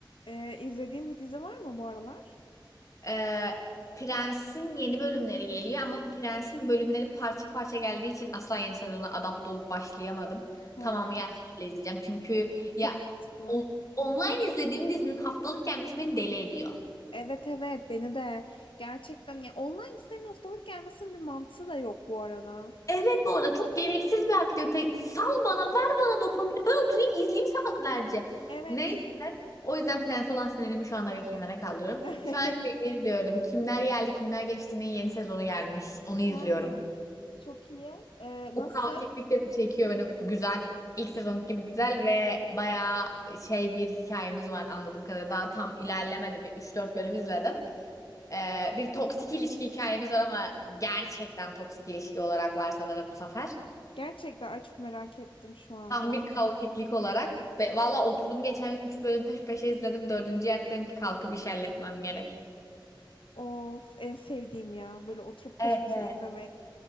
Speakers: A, on the left (about 85°); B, on the left (about 40°).
A: Ee, izlediğin bir dizi var mı bu aralar?
B: Ee, Prens'in yeni bölümleri geliyor ama Prens'in bölümleri parça parça geldiği için asla yeni sezona adapte olup başlayamadım.
A: He,
B: Tamamı gelsin öyle izleyeceğim. Çünkü ya
A: çok mantıklı.
B: on- online izlediğim dizinin haftalık gelmesi beni deli ediyor.
A: Evet evet beni de gerçekten ya online dizilerin haftalık gelmesinin bir mantığı da yok bu arada.
B: Evet bu arada çok gereksiz bir aktivite. Sal bana, ver bana dopamini. Ben oturayım izleyeyim saatlerce.
A: Evet.
B: Neyse. O yüzden Prens olan sinirimi şu anda bir kenara kaldırıyorum.
A: <laughs>
B: Şu an şey izliyorum. Kimler geldi, kimler geçti'nin yeni sezonu gelmiş. Onu izliyorum.
A: Ha, çok iyi. Ee,
B: O
A: nasıl?
B: kaotiklik de bir çekiyor beni. Güzel. İlk sezon gibi güzel ve bayağı şey bir hikayemiz var anladığım kadarıyla. Daha tam ilerlemedi. Bir 3-4 bölüm izledim. Ee, bir toksik ilişki hikayemiz var ama gerçekten toksik ilişki olarak var sanırım bu sefer.
A: Gerçekten ay çok merak ettim şu anda.
B: Tam bir kaotiklik olarak. Ve valla oturdum geçen gün 3 bölüm peş peşe izledim. 4. yattım ki kalkıp iş halletmem gerek.
A: Of en sevdiğim ya böyle oturup
B: Evet,
A: peş peşe
B: evet.
A: izlemek,